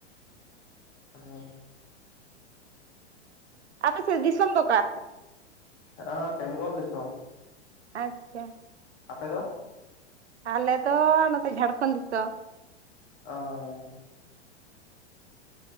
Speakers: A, on the left; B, on the right.
A: ᱦᱮᱸ ᱾
B: ᱟᱯᱮ ᱥᱮᱫ ᱫᱤᱥᱚᱢ ᱫᱚ ᱚᱠᱟ ᱥᱮ
A: ᱟ ᱵᱮᱝᱜᱚᱞ ᱫᱤᱥᱚᱢ ᱾
B: ᱟᱪᱪᱷᱟ ᱾
A: ᱟᱯᱮ ᱫᱚ?
B: ᱟᱞᱮ ᱱᱚᱛᱮ ᱡᱷᱟᱲᱠᱷᱚᱸᱰ ᱫᱤᱥᱚᱢ ᱾
A: ᱟᱸᱭ ᱾